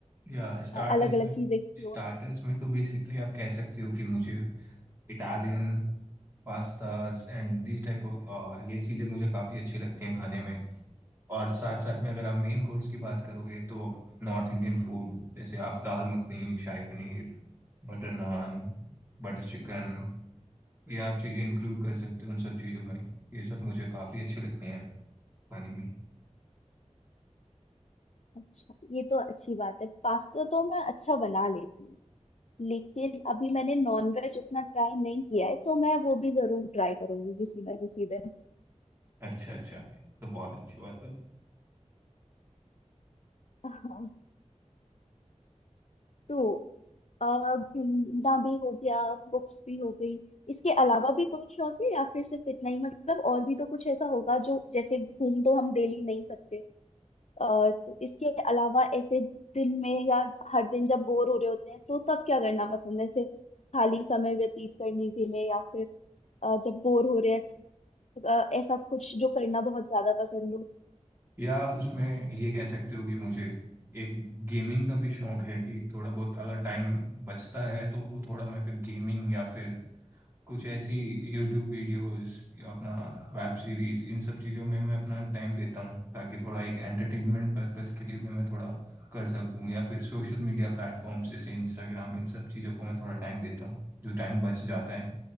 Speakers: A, on the right; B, on the left.
A: या स्टार्टर्स
B: अलग अलग
A: में
B: चीज एक्सप्लोर
A: स्टार्टर्स में तो बेसिकली आप कह सकते हो कि मुझे Italian pastas and this type of ये चीज़ें मुझे काफ़ी अच्छी लगती हैं खाने में और साथ साथ में अगर आप मेन कोर्स की बात करोगे तो नॉर्थ इंडियन फूड जैसे आप dal makhani shahi paneer butter naan butter chicken ये आप चीज़ें इंक्लूड कर सकते हो उन सब चीज़ों में ये सब मुझे काफ़ी अच्छे लगते हैं खाने में
B: अच्छा ये तो अच्छी बात है पास्ता तो मैं अच्छा बना लेती हूँ लेकिन अभी मैंने नॉनवेज उतना ट्राई नहीं किया है तो मैं वो भी जरूर ट्राई करूंगी किसी ना किसी दिन
A: अच्छा अच्छा तो बहुत अच्छी बात है
B: <laughs> हाँ तो अ, घूमना भी हो गया बुक्स भी हो गई इसके अलावा भी कोई शौक है या फिर सिर्फ इतना ही मतलब और भी तो कुछ ऐसा होगा जो जैसे घूम तो हम डेली नहीं सकते अ, तो इसके अलावा ऐसे दिन में या हर दिन जब बोर हो रहे होते हैं तो तब क्या करना पसंद है ऐसे खाली समय व्यतीत करने के लिए या फिर अ, जब बोर हो रहे हैं तो अ, ऐसा कुछ जो करना बहुत ज्यादा पसंद हो
A: या आप उसमें ये कह सकते हो कि मुझे एक गेमिंग का भी शौक है कि थोड़ा बहुत अगर टाइम बचता है तो वो थोड़ा मैं फिर गेमिंग या फिर कुछ ऐसी यूट्यूब वीडियोस या अपना वेब सीरीज इन सब चीज़ों में मैं अपना टाइम देता हूँ ताकि थोड़ा एक एंटरटेनमेंट पर्पस के लिए भी मैं थोड़ा कर सकूँ या फिर सोशल मीडिया प्लेटफॉर्म्स जैसे इंस्टाग्राम इन सब चीज़ों को मैं थोड़ा टाइम देता हूँ जो टाइम बच जाता है